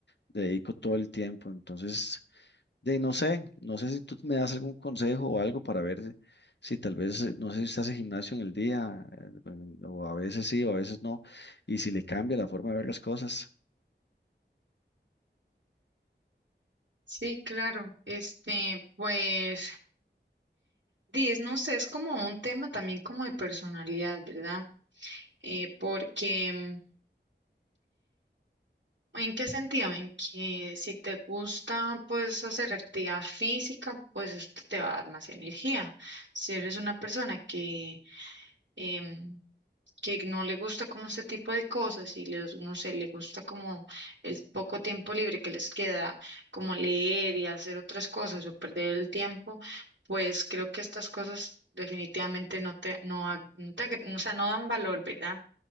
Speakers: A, on the left (about 65°); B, on the right (about 80°).
A: dedico todo el tiempo. Entonces, de, no sé, no sé si tú me das algún consejo o algo para ver si tal vez, eh, no sé si estás en gimnasio en el día, eh, o a veces sí, o a veces no, y si le cambia la forma de ver las cosas.
B: Sí, claro. Este, pues. Dis, no sé, es como un tema también como de personalidad, ¿verdad? Eh, porque, mm, ¿en qué sentido? En que si te gusta, pues, hacer actividad física, pues esto te va a dar más energía. Si eres una persona que, em, que no le gusta como este tipo de cosas y les, no sé, le gusta como el poco tiempo libre que les queda, como leer y hacer otras cosas o perder el tiempo, pues creo que estas cosas definitivamente no te, no, ha- no te, agre- o sea, no dan valor, ¿verdad?